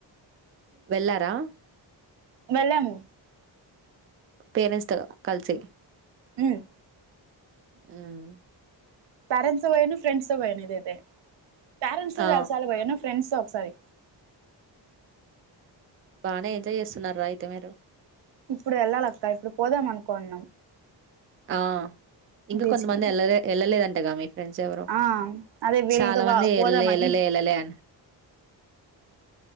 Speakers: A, on the right; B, on the right.
A: వెళ్లారా?
B: వెళ్ళాం.
A: పేరెంట్స్ త కలిసి.
B: హ్మ్!
A: హ్మ్!
B: పేరెంట్స్ తో పోయిను ఫ్రెండ్స్ తో పోయాను ఇద అయితే. పేరెంట్స్ తో
A: ఆ
B: చాలాసార్లు పోయా. ఫ్రెండ్స్ తో సరే!
A: బానే ఎంజాయ్ చేస్తున్నారా? అయితే మీరు
B: ఇప్పుడు వెళ్ళాలక్క ఇప్పుడు పోదాం అనుకున్నాం.
A: ఆ! ఇంకా
B: బీచ్
A: కొంతమంది
B: కి
A: వెళ్ళలే వెళ్ళలేదంటేగామి. ఫ్రెండ్స్ ఎవరో?
B: ఆ అదే వీళ్ళతో
A: చాలా మంది
B: పోదామని
A: ఎళ్ళలే ఎళ్ళలే ఎళ్ళలే అని